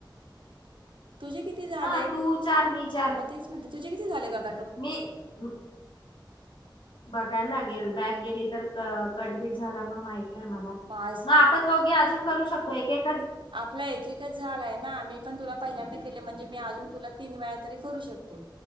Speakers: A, on the right; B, on the left.
A: तुझे किती झालेत?
B: हा तू चार मी चार
A: मग तेच म्हणते तुझे किती झालेत आत?
B: मी उ बघाय लागेल बॅक गेली तर क कट पिट झाला म माहीत नई मला,
A: मग आज
B: म आपण दोघी आजून करू शकतो एक एक
A: आपला एक एकच झालाय ना, मी पण तुला पहिल्यांदा केले म्हणजे मी अजून तुला तीन वेळा तरी करू शकते.